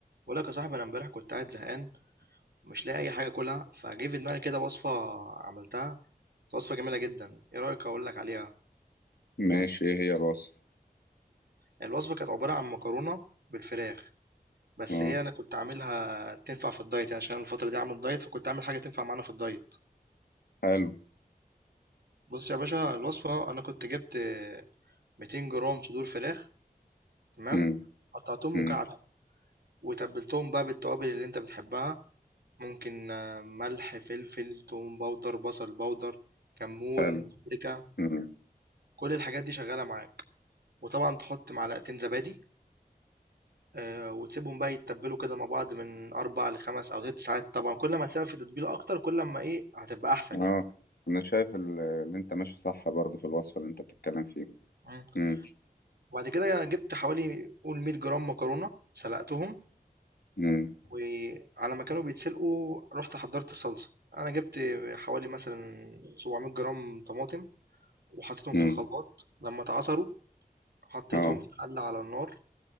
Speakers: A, on the right; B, on the left.
A: بقول لك يا صاحبي انا امبارح كنت قاعد زهقان ومش لاقي اي حاجه اكلها فجه في دماغي كده وصفه عملتها كانت وصفه جميله جدا ايه رايك اقول لك عليها
B: ماشي ايه هي الوصفة
A: الوصفه كانت عباره عن مكرونه بالفراخ بس
B: اه
A: هي انا كنت عاملها تنفع في الدايت يعني عشان أنا الفتره دي عامل دايت فكنت عامل حاجه تنفع معانا في الدايت
B: حلو
A: بص يا باشا الوصفه انا كنت جبت 200 جرام صدور فراخ تمام
B: امم
A: قطعتهم
B: امم
A: مكعبات وتبلتهم بقى بالتوابل اللي انت بتحبها ممكن آه، ملح فلفل توم باودر بصل باودر كمون
B: حلو
A: بابريكا
B: امم
A: كل الحاجات دي شغالة معاك، وطبعًا تحط معلقتين زبادي آآ، وتسيبهم بقى يتبّلوا كده مع بعض من 4 ل5 أو 6 ساعات طبعًا، كل ما تسيبها في تتبيلة أكتر كل أمّا إيه هتبقى أحسن
B: اه
A: يعني،
B: انا شايف ال- اللي انت ماشي صح برضه في الوصفة اللي انت بتتكلم فيه
A: إمم،
B: امم
A: وبعد كده جبت حوالي قُل 100 جرام مكرونة سلقتهم،
B: امم
A: وعلى ما كانوا بيتسلقوا رُحت حضّرت الصلصة، أنا جبت حوالي مثلًا 700 جرام طماطم وحطيتهم في
B: امم
A: الخلاط، لمّا اتعصروا حطيتهم
B: اه
A: في حلة على النار